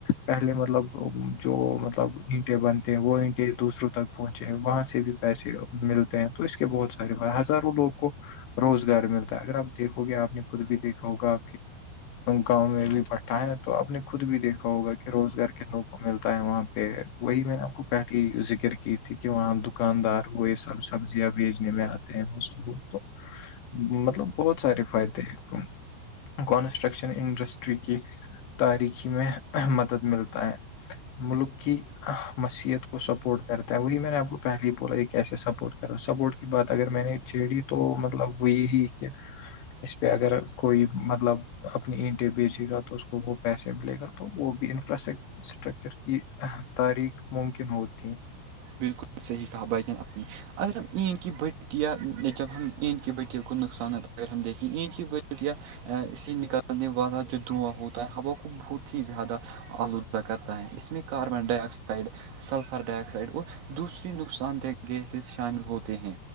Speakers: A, on the left; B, on the right.
A: پہلے پہے مطلب جو مطلب اٹے بنتے ہیں وہ اٹے دوسروں تک پہنچے ہیں وہاں سے بھی پیسے ملتے ہیں تو اس کے بہت سارے ہزاروں لوگ کو روزگار ملتا ہے اگر آپ دیکھو گے آپ نے خود بھی دیکھا ہوگا گاؤں میں بھی بیٹھا ہے تو آپ نے خود بھی دیکھا ہوگا کہ روزگار کت نو ملتا ہے وہاں پہ وہی میں نے آپ کو پہلی ذکر کی تھی کہ وہاں دکاندار کوو سب سبزیاں بیجنے میں آتے ہیں ب لوگ تو مطلب بہت سارے فائدے ہیں کانسٹرکشن انڈسٹری کے تاریخی میں مدد ملتا ہے ملک کی حسیحت کو سپورٹ کرتا ہے وہی میں نے آپ کو پہلے ہی بولا یہ کیسے سپورٹ سپورٹ کی بات اگر میں نے چھیڑی تو مطلب وہ یہی کہ اگر کوئی مطلب اپنے اینٹی بیچ گا تو اس کو وہ پیسے ملے گا تو وہ بھی انفراسٹرکچر اسٹرکچر کی تاریخ ممکن ہوتی ہے
B: بالکل صحیح کہا بھائی ج نے اپنی اگر ہم این کی بڑ یا جب ہم ایند کی بٹیوں کو نقصانات اگر ہم دیکھیں ایند کی بچٹ یا اس سے نکالنے والا جو دواں ہوتا ہوا کو بہت ہی زیادہ آلودہ کرتا ہے اس میں carbon dioxide sulphur dioxide اور دوسری نقصان دہ گیسز شامل ہوتے ہیں